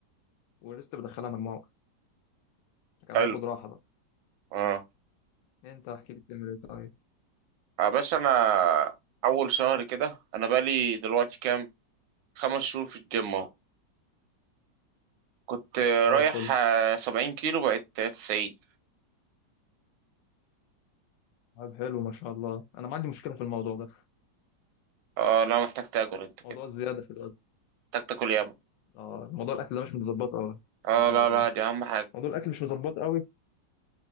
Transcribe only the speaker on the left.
والريست بدخلها مجموعة واحدة كده
بناخد راحة بقى
انت احكي لي بتعمل ايه طيب
زي
الفل
طيب حلو ما شاء الله انا ما عندي مشكلة في الموضوع ده
موضوع الزيادة في الوزن
اه موضوع الاكل ده مش متظبط اه
اه
والله
موضوع الاكل مش مظبط قوي